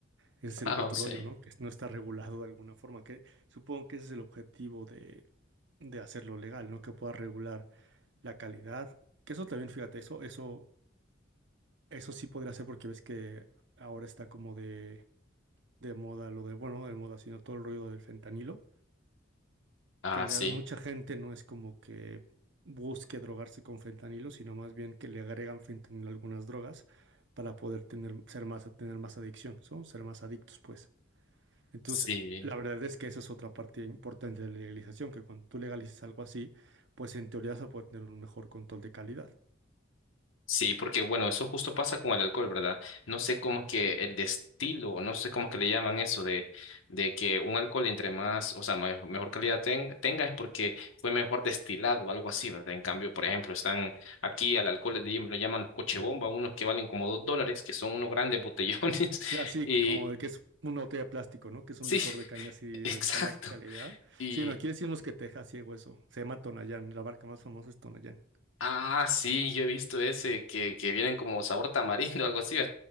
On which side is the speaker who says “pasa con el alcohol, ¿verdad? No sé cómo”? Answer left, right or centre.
Left